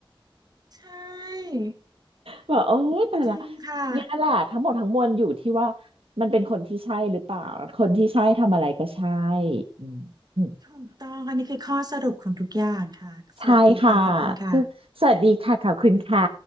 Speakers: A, on the right (about 45°); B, on the right (about 85°).
A: <laughs> ใช่
B: แบอกโอ๊ยแต่ละ
A: จริงค่ะ
B: เนี่ยแหละทั้งหมดทั้งมวลอยู่ที่ว่ามันเป็นคนที่ใช่หรือเปล่าคนที่ใช่ทำอะไรก็ใช่อืมอืม
A: ถูกต้องอันนี้คือข้อสรุปของทุกอย่างค่ะสวัสดีค่ะขอบคุณค่ะ
B: ใช่ค่ะซึ่งสวัสดีค่ะขอบคุณค่ะ